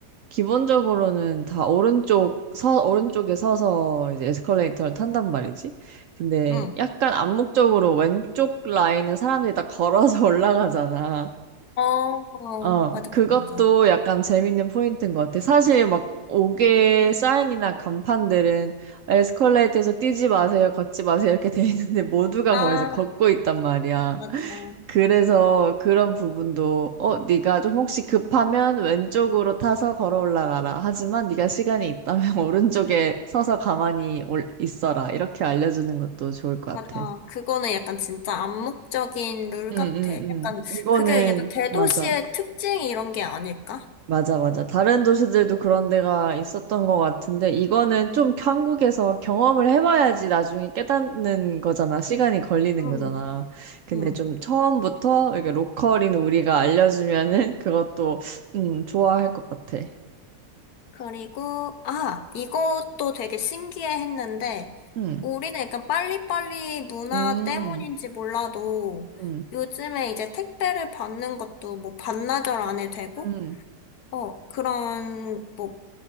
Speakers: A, on the right; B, on the left.
A: 기본적으로는 다 오른쪽, 서, 오른쪽에 서서 이제 에스컬레이터를 탄단 말이지. 근데
B: 응.
A: 약간 암묵적으로 왼쪽 라인은 사람들이 다 걸어서 <laughs> 올라가잖아.
B: 어, 어,
A: 어,
B: 맞아,
A: 그것도
B: 맞아, 맞아.
A: 약간 재밌는 포인트인 것 같아. 사실 막 옥외 사인이나 간판들은 에스컬레이터에서 뛰지 마세요, 걷지 마세요 이렇게 돼 있는데 모두가
B: 아,
A: 거기서 걷고 있단 말이야.
B: 맞아.
A: 그래서 그런 부분도 어, 네가 좀 혹시 급하면 왼쪽으로 타서 걸어 올라가라. 하지만 네가 시간이 있다면 <laughs> 오른쪽에 서서 가만히 올- 있어라. 이렇게 알려주는 것도 좋을 것
B: 맞아.
A: 같아.
B: 그거는 약간 진짜 암묵적인 룰
A: 응,
B: 같아.
A: 응, 응.
B: 약간,
A: 이거는
B: 그게 약간 대도시의
A: 맞아.
B: 특징 이런 게 아닐까?
A: 맞아, 맞아. 다른 도시들도 그런 데가 있었던 것 같은데, 이거는 좀 한국에서 경험을 해봐야지 나중에 깨닫는 거잖아. 시간이 걸리는
B: 응,
A: 거잖아. 근데
B: 응.
A: 좀 처음부터 이게 로컬인 우리가 알려주면은 <laughs> 그것도, 음, 좋아할 것 같아.
B: 그리고, 아, 이것도 되게 신기해 했는데,
A: 음,
B: 우리는 약간 빨리빨리 문화
A: 음,
B: 때문인지 몰라도,
A: 음,
B: 요즘에 이제 택배를 받는 것도 뭐 반나절 안에 되고,
A: 음.
B: 어, 그런, 뭐,